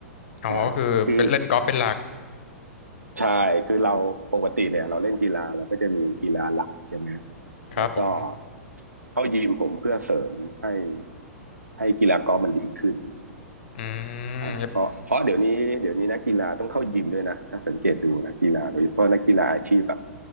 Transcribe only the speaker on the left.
อ๋อก็คือเป็นเล่นกอล์ฟเป็นหลัก
ครับผม
อืม